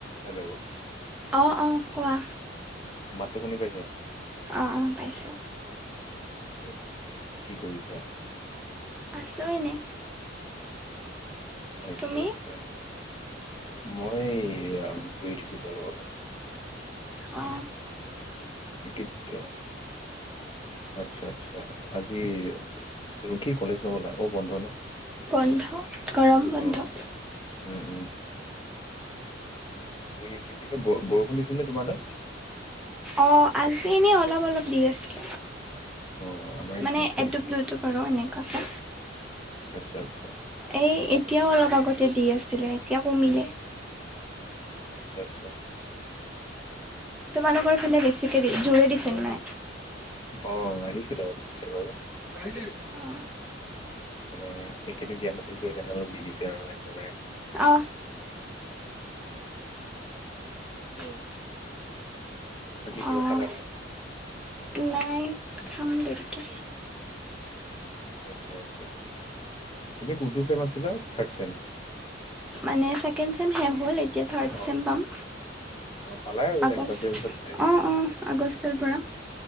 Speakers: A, on the left (about 25°); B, in the centre.
A: Hello?
B: অ', অ' কোৱা।
A: মাতটো শুনি পাইছা?
B: অ', অ' পাইছো।
A: ওকে কি কৰিছা?
B: আছো এনে।
A: আচ্ছা
B: তুমি
A: আচ্ছা মই ফুৰি উঠিছিলো অলপ আগত।
B: অ'
A: গটা আচ্ছা আচ্ছা আজি স্কুল কি কলেজ নগ'লা অ' বন্ধ ন?
B: বন্ধ গৰম বন্ধ।
A: অ' উম উম হেৰি কি বুলি কয়, বৰষুণ দিছিল নে তোমাৰ তাত?
B: অ' আজি এনেই অলপ অলপ দি আছিল।
A: অ' আমাৰ ইয়াত
B: মানে
A: দিওঁছে
B: এটো
A: দিছিলে
B: ব্লুটো
A: অলপ।
B: বাৰু এনেকুৱা কে।
A: আচ্ছা আচ্ছা।
B: এই, এতিয়াও অলপ আগতে দি আছিলে, এতিয়া কমিলে।
A: আচ্ছা আচ্ছা।
B: তোমালোকৰ ফালে বেছিকৈ দি, জোৰে দিছে মানে?
A: অ' আহিছিলে আৰু পিত আৰু।
B: ষ্টাইলিছ! উঁ!
A: অঁ! এইকেইদিন দিয়া নাছিলে যে সেইকাৰণে অলপ দি দিছে আৰু একেবাৰে!
B: অঁ! উম!
A: বাকী কিবা
B: অঁ!
A: খালা নে নাই?
B: নাই, খাম দেৰিকে।
A: আচ্ছা আচ্ছা! তুমি কোনটো চেম আছিলা? Third sem?
B: মানে ছেকেণ্ড চেম হৈ গ'ল এতিয়া, থাৰ্ড
A: অ'
B: চেম পাম।
A: অ' পালাই আৰু
B: আগষ্ট,
A: এক্সাম দিয়াৰ পিছত
B: অঁ অঁ! আগষ্টৰ পৰা।